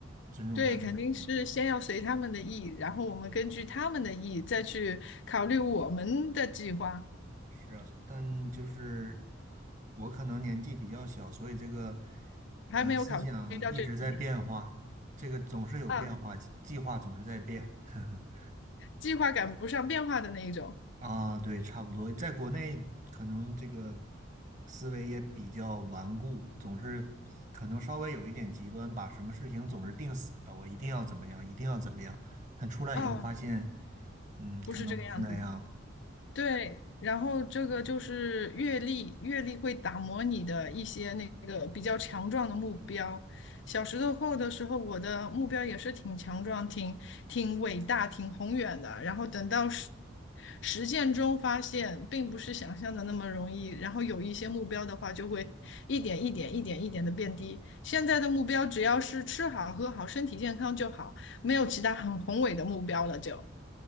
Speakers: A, on the right; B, on the left.
A: 尊重他们的意见。
B: 对，肯定是先要随他们的意，然后我们根据他们的意再去考虑我们的计划，
A: 是啊，但就是我可能年纪比较小，所以这个
B: 还没有考虑到这一点
A: 嗯思想一直在变化，这个总是有变化，
B: 啊，
A: 计计划总是在变。<laughs>
B: 计划赶不上变化的那一种
A: 啊，对，差不多，在国内可能这个思维也比较顽固，总是可能稍微有一点极端，把什么事情总是定死了，我一定要怎么样，一定要怎么样。但出来以后发现，
B: 啊，
A: 嗯，
B: 不是这个样子的。
A: 可能不是那样。
B: 对，然后这个就是阅历，阅历会打磨你的一些那个比较强壮的目标。小石头后的时候，我的目标也是挺强壮、挺挺伟大、挺宏远的。然后等到实实践中发现，并不是想象的那么容易。然后有一些目标的话，就会一点一点、一点一点的变低。现在的目标只要是吃好、喝好、身体健康就好，没有其他很宏伟的目标了就。